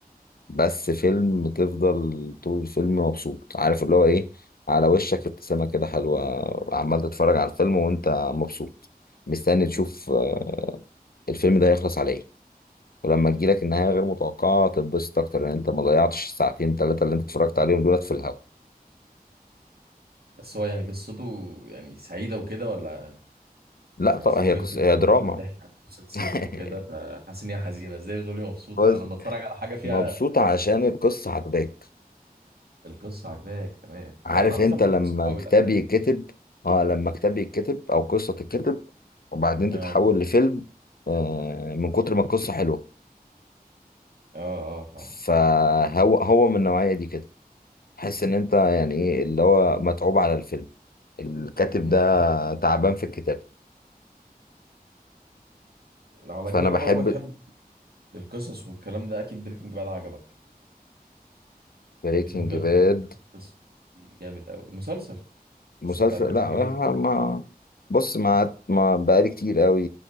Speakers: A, on the left; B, on the right.
A: بس فيلم تفضل طول الفيلم مبسوط عارف اللي هو ايه على وشك ابتسامة كده حلوة عمال تتفرج على الفيلم وانت مبسوط مستني تشوف آه، الفيلم ده هيخلص على ايه ولما تجيلك النهاية غير متوقعة تتبسط اكتر لان انت ما ضيعتش الساعتين ثلاثة اللي انت اتفرجت عليهم دولت في الهوا
B: بس هو يعني قصته يعني سعيده وكده ولا
A: لا
B: يعني
A: طبعا
B: أصل مورجان
A: هي قصة
B: فريمان
A: هي دراما
B: وبنت بتحكي عن قصه سجن وكده
A: <laughs>
B: فحاسس ان هي حزينه ازاي بتقول لي مبسوط
A: بس
B: انا لما بتفرج على حاجه فيها
A: مبسوط عشان القصة عجباك
B: القصه عجباك تمام
A: عارف
B: لا انا عامه
A: انت
B: بتاثر
A: لما
B: قوي
A: كتاب
B: بالافلام
A: يتكتب اه لما كتاب يتكتب او قصة تتكتب وبعدين
B: اه
A: تتحول لفيلم آه من كتر ما القصة حلوة
B: اه اه فاهم
A: فهو هو من النوعية دي كده تحس ان انت يعني ايه اللي هو متعوب على الفيلم الكاتب
B: امم
A: ده تعبان في الكتابة
B: على
A: فانا
B: كده بقى
A: بحب
B: طالما بتحب القصص والكلام ده اكيد بريكنج باد عجبك
A: بريكنج
B: بريكنج باد
A: باد
B: في حتة القصص دي جامد قوي المسلسل
A: مسلسل
B: المسلسل بتاع بريكنج
A: لا
B: باد
A: ما بص ما ما بقالي كتير قوي